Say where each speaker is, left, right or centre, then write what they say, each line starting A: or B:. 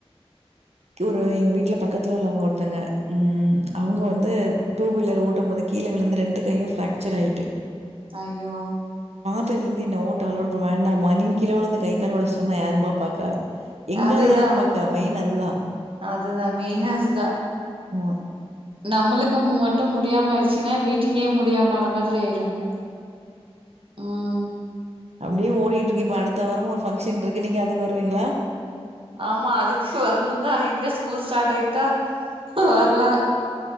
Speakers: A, on the right (about 85°); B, on the right (about 55°).
A: ஒரு எங்க வீட்ல பக்கத்துல உள்ளவங்க ஒருத்தங்க ம் அவுங்க வந்து டூ வீலர் ஓட்டு போது கீழ விழுந்து ரெண்டு கையு ஃப்ராக்சர் ஆயிட்டு
B: அய்யோ
A: அத்லருந்து என்ன ஓட்ட அலோட் பண்ண வேண்டாம்மா நீ கிழவுழுந்து கை கால் உடச்சிட்டு வந்தா யாருமா பாக்கா எங்கா
B: அதுதா
A: யார் பாக்கா மெயின் அதுதா
B: அதுதா மெயினா அதுதா
A: ம்
B: நம்மளுக்கு மட்டு முடியாம ஆயிடுச்சின்னா வீட்டுக்கே முடியாமமான மாரி ஆயிருங்க ம்
A: அப்படியே ஓடிட்டு இருக்கு இப்ப அடுத்த வாரம் ஒரு ஃபங்க்ஷன் இருக்கு நீங்க அதுக்கு வருவீங்களா
B: ஆமா அதுக்கு வரணுதா எங்க ஸ்கூல் ஸ்டார்ட் ஆயிட்டா வர்லா